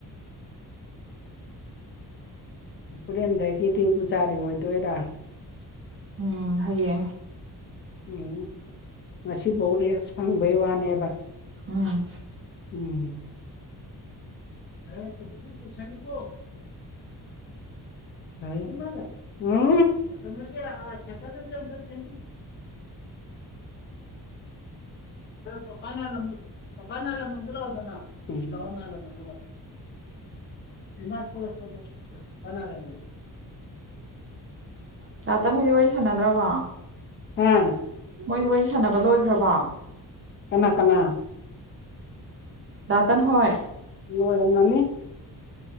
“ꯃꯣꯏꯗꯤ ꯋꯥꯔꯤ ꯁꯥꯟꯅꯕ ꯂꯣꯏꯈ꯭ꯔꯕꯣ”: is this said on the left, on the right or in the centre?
Right